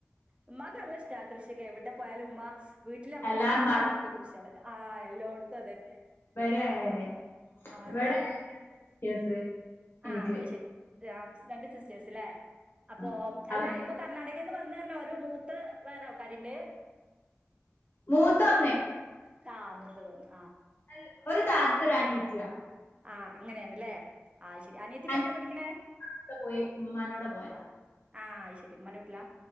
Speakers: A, on the right (about 25°); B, on the left (about 50°).
A: ഉമ്മാക്ക് നല്ല ഇഷ്ടാ കൃഷിയൊക്കെ എവിടെ പോയാലും ഉമ്മ വീട്ട്ല് അമ്മളെ
B: എല്ലാ
A: മക്കളാട്ടിലും
B: ഇമ്മാരും
A: നോക്കും കൃഷെളെ ആ എല്ലോട്ത്ത തെന്നെ
B: ഇബടി അങ്ങനെന്നെ ഇവടെ
A: അതന്നെ
B: രണ്ട് സിസ്റ്റേഴ്സ് എനിക്ക്
A: ആ അഅ് ശെരി <unintelligible> രണ്ട്സിസ്റ്റേഴ്സ് ലെ അപ്പോ
B: ആ അവര്
A: അല്ല
B: ഇതേപോലെ
A: ഇപ്പൊ കർണാടകേന്ന് വന്നേർണ ഒരു മൂ ത്ത് വേറാൾക്കാര്ണ്ട്
B: മൂത്തൊന്നെയ്
A: കാ മൂത്തതൊന്ന്
B: അൽ ഒരു താത്തൊരനിയത്ത്യാ
A: ആഹ അങ്ങനെണ്ല്ലേ അയ് ശെരി അനിയത്തിപ്പ
B: അനിയത്തി
A: എന്താ പഠിക്കണ്
B: പോയി ഉമ്മാന്റെ കൂടെ പോയതാ
A: ആ അയ്ശരി ഉമ്മാന്റെ വീട്ട്ലാ